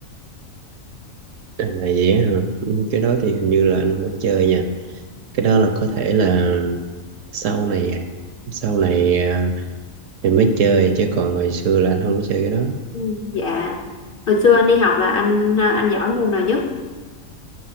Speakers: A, on the right; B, on the left.
A: à vậy á hả Ừ, cái đó thì hình như là anh không có chơi nha cái đó là có thể là sau này sau này à, mình mới chơi chứ còn hồi xưa là anh không có chơi cái đó
B: Ừ. dạ hồi xưa anh đi học là anh à, anh giỏi môn nào nhất